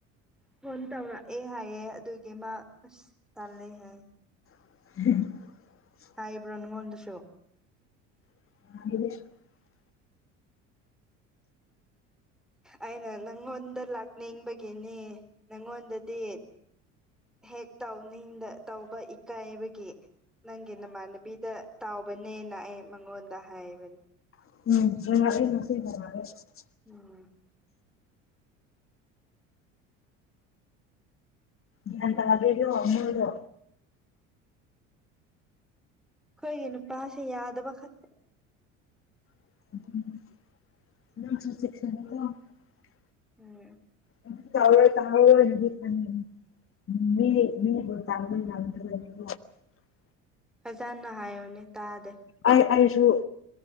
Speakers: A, in the centre; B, on the left.
A: ꯐꯣꯟ ꯇꯧꯔꯛꯑꯦ ꯍꯥꯏꯌꯦ ꯑꯗꯨꯒꯤ ꯃꯥ ꯑꯁ ꯇꯜꯂꯦ ꯍꯥꯏ
B: <inaudible>
A: ꯍꯥꯏꯕ꯭ꯔꯣ ꯅꯪꯉꯣꯟꯗꯁꯨ
B: <inaudible>
A: ꯑꯥꯏꯅ ꯅꯪ ꯉꯣꯟꯗ ꯂꯥꯛꯅꯤ ꯕꯒꯤ ꯒꯤꯅꯦ ꯅꯪꯉꯣꯟꯗꯗꯤ ꯍꯦꯛ ꯇꯧꯅꯤꯡꯗ ꯇꯧꯕ ꯏꯀꯥꯏꯕꯒꯤ ꯅꯪꯒꯤ ꯅꯃꯥꯟꯅꯕꯤꯗ ꯇꯥꯎꯕꯅꯦꯅ ꯑꯩ ꯃꯉꯣꯟꯗ ꯗ ꯍꯥꯏꯕꯅꯦ
B: <unintelligible>
A: ꯎꯝ
B: ꯒ꯭ꯌꯥꯟ ꯇ꯭ꯗꯔꯤꯗꯣ ꯅꯣꯏꯔꯣ
A: ꯑꯩꯈꯣꯏꯒꯤ ꯅꯨꯄꯥꯁꯦ ꯌꯥꯗꯕ ꯈꯛꯇ
B: <unintelligible>
A: ꯎꯝ
B: <unintelligible> <unintelligible>
A: ꯐꯖꯅ ꯍꯥꯏꯌꯨꯅꯦ ꯇꯥꯗꯦ
B: ꯑꯩ ꯑꯩꯁꯨ